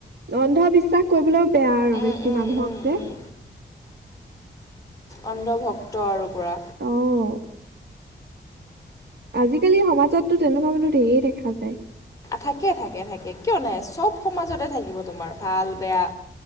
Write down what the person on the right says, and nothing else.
অন্ধবিশ্বাস কৰিবলৈও বেয়া আৰু
বেছি
মানুহক
যে।
অ' আজিকালি সমাজতো তেনেকুৱা মানুহ ঢেৰ দেখা যায়।